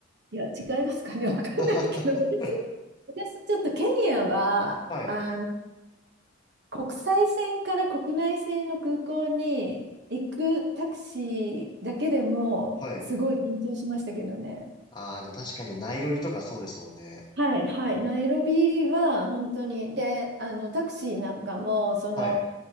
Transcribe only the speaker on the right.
いや、違いますかね、<laughs> わかんないけど、
私、私ちょっとケニアは、
あの、国際線から国内線の空港に行くタクシーだけでも、
すごい緊張しましたけどね。
はい、はい、ナイロビは本当に、で、あのタクシーなんかも、その、